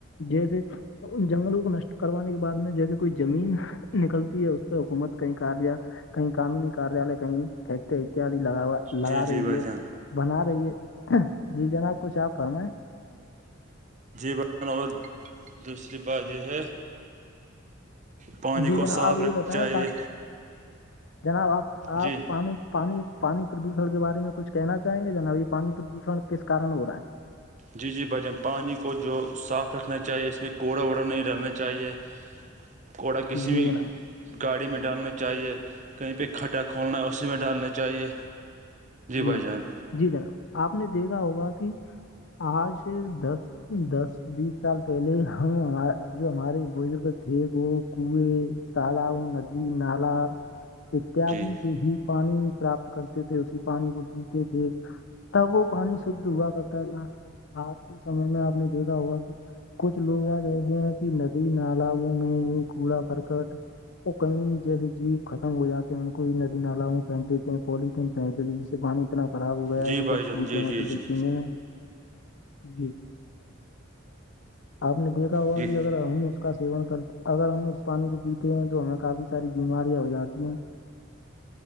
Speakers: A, on the left; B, on the right.
A: جیسے ان جنگلوں کو نشٹ کروانے کے بعد میں جیسے کوئی زمین نکلتی ہے اس پہ حکومت کئیار کئی قانونی کاریالے کہیں کھیت اتیاد لگاا لگا
B: جی
A: رہی
B: جی بھائی
A: ہے
B: جان
A: بنا رہی ہے جی جناب کچھ آپ فرمائیں
B: جی ب اور دوسری بات یہ ہے پانی
A: جی جناب
B: کو صاف
A: آپ یہ
B: رکھنا
A: بتائیں
B: چاہیے
A: پا- جناب آپ آپ
B: جی
A: پانی پانی پانی پردوشن کے بارے میں کچھ کہنا چاہیں گے جناب یہ پانی پردوشن کس کارن ہو رہا ہے
B: جی جی بھجان پانی کو جو صاف رکھنا چاہیے اس میں کوڑا ووڑا نہیں ڈلنا چاہیے
A: <inaudible>
B: گھوڑا کسی
A: جی
B: بھی
A: جناب
B: گاڑی میں ڈالنی چاہیے کہیں پہ کھڈا کھولنا ہے اسی میں ڈالنا چاہیے
A: جی
B: بھائی جان
A: جی جنا آپ نے دیکھا ہوگا کہ آج دس دس بیس سال پہلے ہمار جو ہمارے بزرگ تھے وہ کنیں تالؤ ندی نالا اتیاد
B: جی
A: سے ہی پانی پراپت کرتے تھے اسی پانی کو پیتے تھے تب وہ پانی شھ ہوا کرتا تھا آج کے سمے میں آپ نے دیکھا ہوا کہ کچھ لوگ آج ایسے ہیں کہ ندی نالوں میں ہی کوڑا کرکٹ وہ کہیں جیسے جیو ختم ہو جاتے ہیں ان کو ندی نالا پھینک دیتے ہیں پالتھیین پہنک جس سے پانی اتنا خراب ہو گیا
B: جی
A: ہے کہ
B: بھائی
A: کچھ
B: جان
A: پوچ
B: جی جی
A: توے
B: جی
A: پینے میں جی آپ نے دیکھا ہوا
B: جی
A: بھی اگر ہم اس کا سیون کر اگر ہم اس پانی کو پیتے ہیں تو ہمیں کافی ساری بیماریاں ہو جاتی ہیں